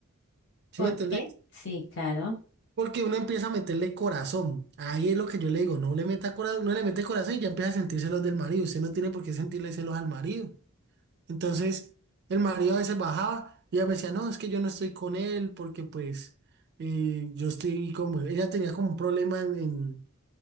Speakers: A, on the right (about 50°); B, on the left (about 55°).
A: ¿Sí
B: ¿por
A: me entendés?
B: qué? Sí, claro.
A: Porque uno empieza a meterle corazón. Ahí es lo que yo le digo, no le meta corazón, no le mete corazón y ya empieza a sentir celos del marido. Usted no tiene por qué sentirle celos al marido. Entonces, el marido a veces bajaba y ella me decía, no, es que yo no estoy con él porque pues eh, yo estoy como, ella tenía como un problema en, en-